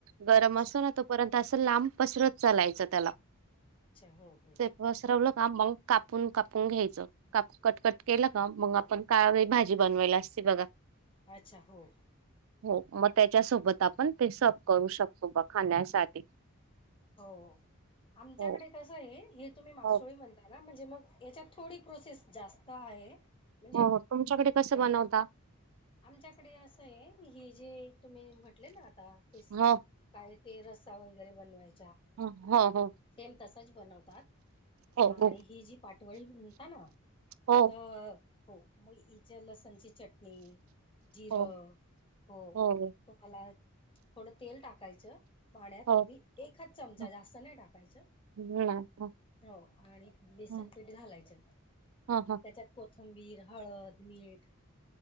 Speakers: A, on the right; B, on the left.
A: गरम
B: अच्छा
A: असो ना तोपर्ंत तसं लांब पसरत चालायचं त्याला
B: अच्छा हो हो.
A: ते पसरवलं का मग कापून कापून घ्यायचं काप कट कट केलं का मग आपण कावंभाजी बनवायला असे बघा
B: अच्छा हो.
A: हो मग त्याच्यासोबत आपण ते सब करू शकतो बा खाण्यासाठी.
B: हो आमच्याकडे
A: हो
B: कसं ये हे तुम्ही मासोळी
A: हो
B: म्हणताना म्हणजे मग. याच्यात थोडी प्रोसेस जास्त आहे. म्हणजे
A: हो हो तुमच्याकडे कसं
B: हो
A: बनवता.
B: आमच्याकडे असं आहे हेि जे तुम्ही म्हटले ना आता ते
A: हो
B: काय ते रसा वगैरे बनवायचा.
A: हो हो हो
B: सेम तसच बनवतात.
A: हो
B: आणि
A: हो
B: ही जी पाठवळी म्हणता ना
A: हो
B: तर हो? मग हिच्या लसणची चटणी. जिर
A: हो
B: हो
A: हो
B: मग तुम्हाला. थोडं तेल टाकायचं पाण्यात
A: हो
B: अगदी एकच चमचा
A: ह
B: जास्त नाही टाकायच.
A: ह हो
B: हो आणि
A: हो
B: बेसन पीठ घालायचं त्याच्यात
A: हो
B: कोथंबीर. हळद मीठ